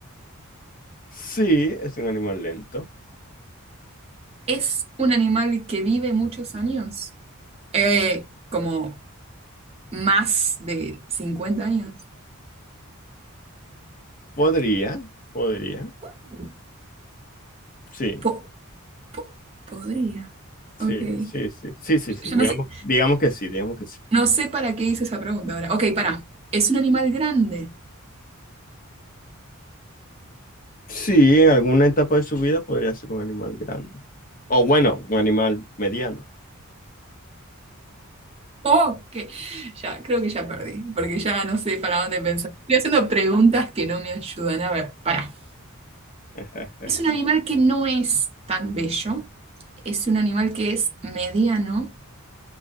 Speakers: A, on the left; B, on the right.
A: Sí, es un animal lento.
B: ¿Es un animal que vive muchos años? Eh, como más de 50 años.
A: Podría, podría.
B: Uh,
A: Sí,
B: Po- po- podría.
A: sí,
B: Ok. Ya
A: sí, sí, sí, sí, sí,
B: ya
A: digamos,
B: no sé.
A: digamos que sí, digamos que sí.
B: No sé para qué hice esa pregunta ahora. Ok, para. ¿Es un animal grande?
A: Sí, en alguna etapa de su vida podría ser un animal grande. O bueno, un animal mediano.
B: Ok, ya creo que ya perdí, porque ya no sé para dónde pensar. Estoy haciendo preguntas que no me ayudan. A ver, pará.
A: <laughs>
B: Es un animal que no es tan bello, es un animal que es mediano,